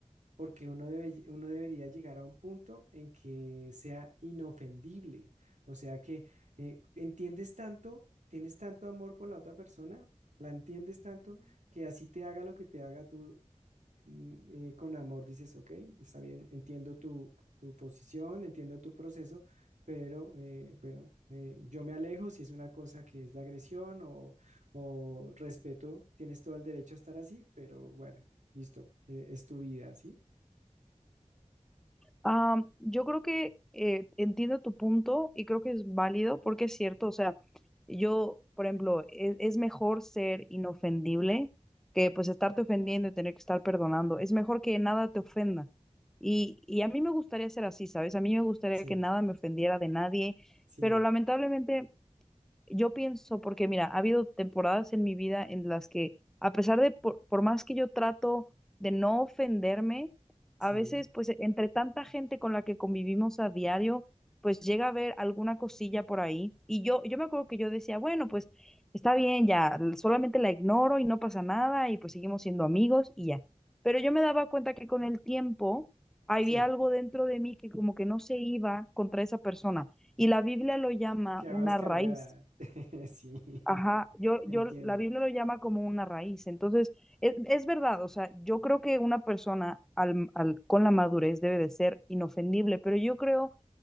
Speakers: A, on the right; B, in the centre.
A: porque uno debe, uno debería llegar a un punto en que sea inofendible, o sea que eh, entiendes tanto, tienes tanto amor por la otra persona, la entiendes tanto que así te haga lo que te haga tú mm, eh, con amor, dices, ok, está bien, entiendo tu, tu posición, entiendo tu proceso, pero eh, bueno, eh, yo me alejo si es una cosa que es de agresión o, o respeto, tienes todo el derecho a estar así, pero bueno, listo, eh, es tu vida, ¿sí?
B: Ah, yo creo que eh, entiendo tu punto y creo que es válido porque es cierto, o sea, yo, por ejemplo, e- es, mejor ser inofendible que pues estarte ofendiendo y tener que estar perdonando. Es mejor que nada te ofenda. Y, y a mí me gustaría ser así, ¿sabes? A mí me gustaría
A: Sí,
B: que nada me ofendiera de nadie,
A: sí,
B: pero lamentablemente yo pienso, porque mira, ha habido temporadas en mi vida en las que, a pesar de, por, por más que yo trato de no ofenderme,
A: sí,
B: a veces, pues, entre tanta gente con la que convivimos a diario, pues llega a haber alguna cosilla por ahí. Y yo, yo me acuerdo que yo decía, bueno, pues, está bien, ya, solamente la ignoro y no pasa nada y pues seguimos siendo amigos y ya. Pero yo me daba cuenta que con el tiempo había
A: sí.
B: algo dentro de mí que como que no se iba contra esa persona. Y la Biblia lo llama
A: Quedabas
B: una
A: cargada.
B: raíz.
A: <laughs> Sí,
B: Ajá, yo,
A: te
B: yo,
A: entiendo.
B: la Biblia lo llama como una raíz. Entonces, es, es verdad, o sea, yo creo que una persona al, al- con la madurez debe de ser inofendible, pero yo creo